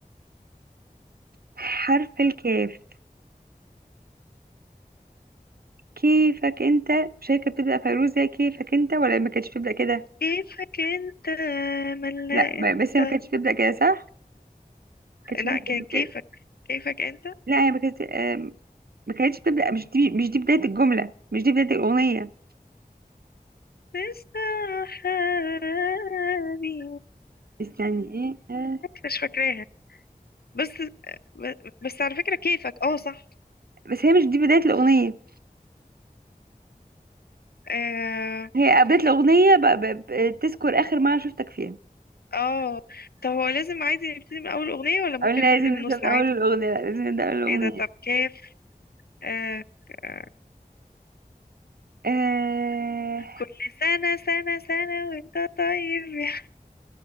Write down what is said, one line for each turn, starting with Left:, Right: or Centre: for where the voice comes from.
Right: حرف الكاف كيفك انت مش هي كانت بتبدأ فيروز هي كيفك انت ولا ما كانتش بتبدأ كده
Left: كيفك انت ملا
Right: لا ب-
Left: انت
Right: بس هي ما كانتش بتبدأ كده صح كانتش
Left: لا
Right: بنت
Left: كان
Right: بتبدأ
Left: كيفك كيفك انت
Right: لا هي ما كانتش آم، ما كانتش بتبدأ مش دي مش دي بداية الجملة مش دي بداية الأغنية
Left: لسه حالي
Right: استني ايه آه.
Left: مش فاكراها بس بس على فكرة كيفك اه صح
Right: بس هي مش دي بداية الأغنية
Left: آه
Right: هي بداية الأغنية ب... ب... بتذكر آخر مرة شفتك فيها
Left: اه طب هو لازم عادي نبتدي من اول اغنية ولا ممكن
Right: أو لا،
Left: نبتدي
Right: لازم نبدأ
Left: من النص
Right: من
Left: عادي
Right: أول الأغنية لا لازم نبدأ من الأغنية
Left: ايه ده طب كيف آه ك- آه،
Right: آه...
Left: كل سنة سنة سنة وانت طيب <laughs> يا